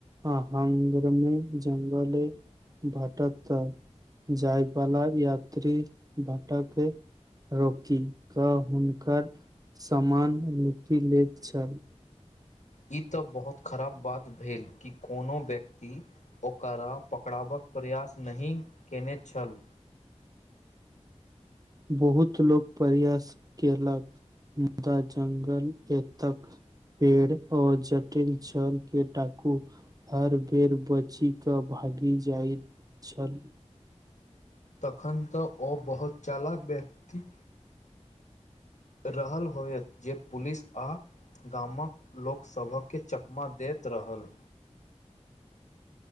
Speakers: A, on the right (about 30°); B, on the left (about 80°).
A: आांग्रमे जंगल भाट्त जाइवाला यात्री भाटा के रोकि कऽ हुनकर सामान लुटि लैत छल
B: ई तऽ बहुत खराब बात भेल कि कोनो व्यक्ति ओकरा पकड़ाबक प्रयास नहि कयने छल
A: बहुत लोको प्रयास केलक मुदा जंगल ए तक पेड़ आऔर जटिल जल के डाकू हर बेर बची कऽ भागि जाइत छल
B: तखन तऽ ओ बहुत चालक व्यक्ति रहल होयत जे पुलिस आ गामक लोकसभकँ चकमा दैत रहल